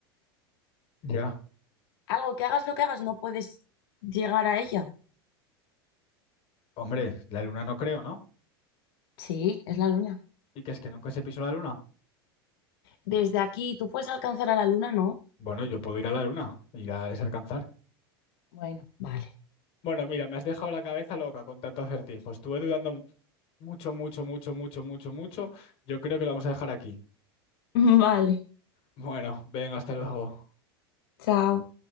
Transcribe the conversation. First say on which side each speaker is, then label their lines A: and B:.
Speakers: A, on the left (about 45°); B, on the left (about 70°).
A: Ya.
B: Algo que hagas lo que hagas, no puedes llegar a ella.
A: Hombre, la luna no creo, ¿no?
B: Sí, es la luna.
A: ¿Y qué es que nunca se pisó la luna?
B: Desde aquí, tú puedes alcanzar a la luna, ¿no?
A: Bueno, yo puedo ir a la luna, ir a es alcanzar.
B: Bueno, vale.
A: Bueno, mira, me has dejado la cabeza loca con tanto acertijos. Estuve dudando mucho, mucho, mucho, mucho, mucho, mucho. Yo creo que lo vamos a dejar aquí.
B: <laughs> Vale,
A: Bueno, ven, hasta luego.
B: chao.